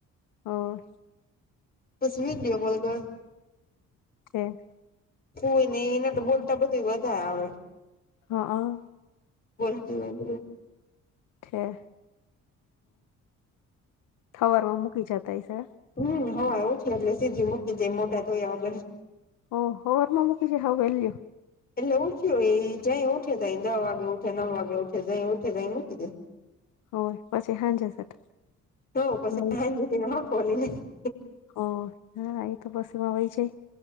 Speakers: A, on the left (about 85°); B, on the left (about 30°).
A: હા.
B: પસી વિડીઓ કોલ કર.
A: ઠીક.
B: કોઈ ને એને તો બોલતા બધુંય વધાર આવડે.
A: હા.
B: બોલતી વોદરી
A: <unintelligible> સવારમાં મૂકી જાતા શે.
B: હમ્મ, હો એવુ છે એટલે સીધી મૂકી જાય મોઢા ધોયા વગર.
A: ઓ હવારમાં મૂકી જાય હાવ વેલ્લી.
B: એટલે ઉઠ્યું એ જઈ ઉઠે તાય દહ વાગે ઉઠે નવ વાગે ઉઠે જાય ઉઠે તાય મૂકી દે.
A: હોય પછી હાંજે સેટ
B: તો પછી
A: લઈ
B: સાંજે <unintelligible>
A: ઓ હા એક બસમાં વઇ જાય.